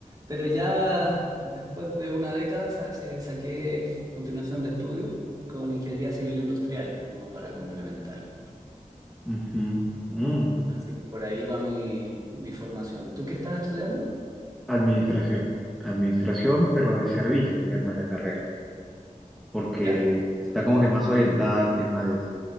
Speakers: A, on the right; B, in the centre.
A: Pero ya después de una década sa- eh, saqué continuación de estudios con ingeniería civil industrial, como para complementar.
B: ujú, mm.
A: Así que por ahí va mi, mi formación. ¿Tú qué estás estudiando?
B: Administración. Administración, pero de servicios se llama la carrera, porque
A: Ya,
B: está como que más orientada al tema de